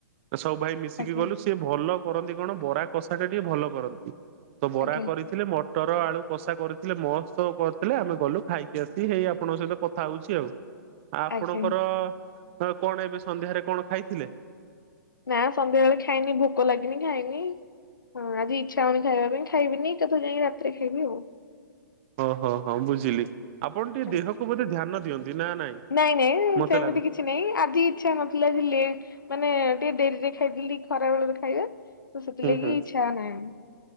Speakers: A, on the right; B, on the left.
A: ଏ ସବୁ ଭାଇ ମିଶିକି
B: ଆଜ୍ଞା ଆଜ୍ଞା
A: ଗଲୁ, ସିଏ ଭଲ କରନ୍ତି କଣ ବରା କଷା ଟା ଟିକେ ଭଲ କରନ୍ତି। ତ ବରା
B: ଆଜ୍ଞା
A: କରି ଥିଲେ, ମଟର ଆଳୁ କଷା କରିଥିଲେ, ମସ୍ତ କରିଥିଲେ। ଆମେ ଗଲୁ ଖାଇକି ଆସି, ହେଇ ଆପଣଙ୍କ ସହିତ କଥା ହଉଛି ଆଉ। ଆ, ଆପଣଙ୍କର
B: ଆଜ୍ଞା
A: ତ କଣ ଏବେ ସନ୍ଧ୍ୟାରେ କଣ ଖାଇଥିଲେ?
B: ନା ସନ୍ଧ୍ୟାବେଳେ ଖାଇନି, ଭୋକ ଲାଗିନି ଖାଇନି, ହଁ ଆଜି ଇଚ୍ଛା ହଉନି ଖାଇବା ପାଇଁ। ଖାଇବିନି ଏକାଥରେ ଯାଇକି ରାତିରେ ଖାଇବି ଆଉ।
A: ଓହୋ, ହଁ ବୁଝିଲି, ଆପଣ ଟିକେ
B: ଆଜ୍ଞା।
A: ଦେହକୁ ବୋଧେ ଧ୍ୟାନ ଦିଅନ୍ତି ନା ନାଇଁ?
B: ନାଇଁ ନାଇଁ
A: ମତେ
B: ସେମିତି
A: ଲାଗୁଛି।
B: କିଛି ଛି ନାଇଁ ଆଜି ଇଚ୍ଛା ନଥିଲା ଆଜି ଲେଟ୍ ମାନେ ଟିକେ ଡେରିରେ ଖାଇଥିଲି ଟି ଖରା ବେଳର ଖାଇବା। ତ ସେଥିଲାଗି
A: ହୁଁ ହୁଁ
B: ଇଚ୍ଛା ଆଉ ନାଇ।